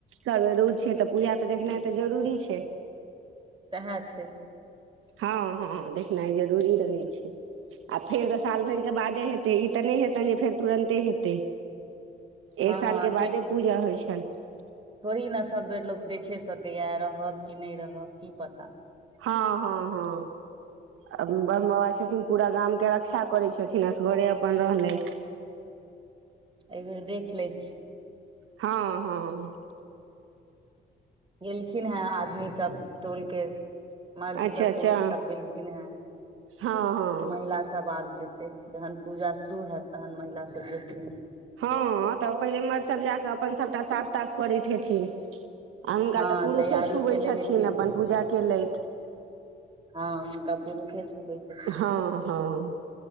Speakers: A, on the right; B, on the right.
A: करबै, रौद छै तऽ पूजा तऽ देखनाइ जरूरी छै।
B: सएह छै
A: हँ हँ देखनाइ जरूरी रहै छै। आ फेर तऽ साल भरिके बादे हेतै, ई तऽ नहि हेतै जे फेर तुरन्ते हेतै।
B: हँ
A: एक सालके बादे पूजा होइ छनि।
B: थोड़ीक ने, सभ बेर लोक देखय सकैया। रहब कि नहि रहब, की पता।
A: हँ हँ हँ ब्रह्म बाबा छथिन, पूरा गामके रक्षा करै छथिन, असगरे अपन रहलै।
B: एहि बेर देख लै छी।
A: हँ हँ
B: गेलखिन हे, आदमी सभ टोलके। मर्द सभ,
A: अच्छा
B: पुरुष
A: अच्छा
B: सभ गेलखिन हेँ,
A: हँ हँ
B: महिला सभ आब जेतै। जखन पूजा शुरू हेतै, तखन महिलासभ जेथिन।
A: हँ तऽ पहिले मर्द सभ जा क अपना साफ ताफ करैत हेथिन आ हुनका
B: हँ
A: तऽ पुरुषे
B: तैयारी
A: छुबै
B: केने
A: छथिन,
B: हेथिन
A: अपन पूजा
B: के,
A: केलथि।
B: हँ, हुनका पुरुषे छुबै छथिन।
A: हँ हँ